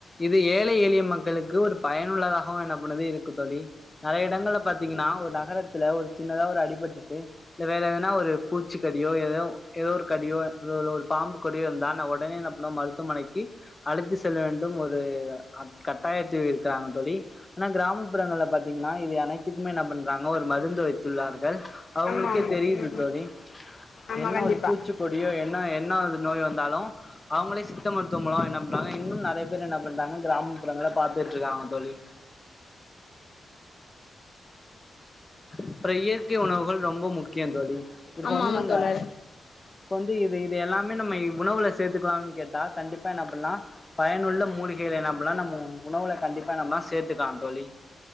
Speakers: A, on the left (about 20°); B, on the left (about 50°).
A: இது ஏழை எளிய மக்களுக்கு ஒரு பயனுள்ளதாகவு என்ன பண்ணது இருக்கு தோழி நறைய இடங்கள்ல பாத்தீங்கன்னா ஒரு நகரத்துல ஒரு சின்னதா ஒரு அடிபட்டுட்டு இல்ல வேற எதனா ஒரு பூச்சிக்கடியோ எதோ எதோ ஒரு கடியோ இது ஒரு பாம்பு கொடிய இருந்தா அனா உடனே என்ன பண்ணுவோ மருத்துவமனைக்கு அழைத்து செல்ல வேண்டும் ஒரு அட் கட்டாயத்தில் இருக்காங்க தோழி ஆனா கிராமப்புறங்கள்ல பாத்தீங்கன்னா இது அனைத்துக்குமே என்ன பண்றாங்க ஒரு மருந்து வைத்துள்ளார்கள் அவுங்களுக்கே
B: ஆமா ஆமா
A: தெரியுது
B: ம்
A: தோழி
B: ஆமா
A: என்ன
B: கண்டிப்பா
A: ஒரு பூச்சிக்கொ கடியோ என்ன என்ன இது நோய் வந்தாலு அவுங்களே சித்த மருத்துவ மூலம் என்ன பண்றாங்க இன்னும் நெறைய பேர் என்ன பண்றாங்க கிராமப்புறங்கள பாத்துட்டு இருக்காங்க தோழி அப்பற இயற்கை உணவுகள் ரொம்ப முக்கியம் தோழி இப்ப
B: ஆமா
A: வந்து
B: ஆமா
A: நம்ம
B: தோழர்
A: இப்ப வந்து இது இது எல்லாமே நம்ம உணவுல சேத்துக்கலாம்னு கேட்டா கண்டிப்பா என்ன பண்லா பயனுள்ள மூலிகைளை என்ன பண்லா நம்ம உணவுல கண்டிப்பா நம்ம சேத்துக்கலா தோழி